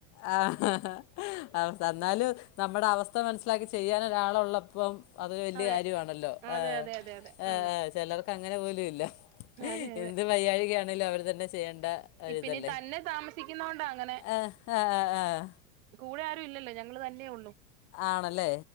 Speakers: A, on the left (about 40°); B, on the right (about 70°).
A: ആ എന്നല് നമ്മുടെ അവസ്ഥ മനസ്സിലാക്കി ചെയ്യാൻ ഒരാളുള്ളപ്പം അത്‌ വലിയ
B: അതെ
A: കാര്യമാണല്ലോ
B: അതെ
A: ആ
B: അതെ അതെ അതെ
A: ആ
B: അതെ
A: ആ ചിലർക്ക് അങ്ങനെ പോലും ഇല്ല
B: അതെ അതെ
A: എന്ത് വയ്യായ്കയാണ് ന്നാലും അവർ തന്നെ ചെയ്യേണ്ട ഒരിതല്ലേ
B: ഇപ്പ പിന്നെ തന്നെ താമസിക്കുന്ന കൊണ്ട അങ്ങനെ
A: ആഹ് ആഹ് ആഹ് ആഹ്
B: കൂടെ ആരും ഇല്ലല്ലോ ഞങ്ങ ങ്ങള് തന്നെ ഉള്ളു
A: ആണല്ലേ